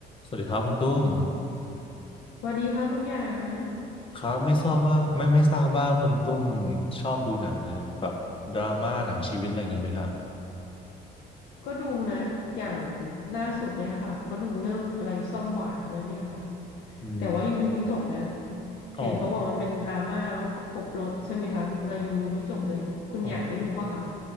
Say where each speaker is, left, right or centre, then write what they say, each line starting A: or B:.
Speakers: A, on the left; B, on the left.
A: สวัสดีครับคุณตุ้ม
B: สวัสดีค่ะคุณหยาง
A: ครับไม่ทราบว่าไม่ไม่ทราบว่าคุณตุ้มชอบดูหนังแนวแบบดราม่าหนังชีวิตอะไรอย่างนี้ไหมฮะ
B: ก็ดูนะอย่างล่าสุดเนี่ยค่ะก็ดูเรื่องอะไรส้มหวานอะไรเนี่ยค่ะ
A: อืม
B: แต่ว่ายังดูไม่จบนะเห็นเขาบอกมันเป็นดราม่าแล้วมันก็ครบรสใช่ไหมคะเรายังดูไม่จบเลยคุณหยางได้ดูปะคะ
A: อ๋ออ๋อ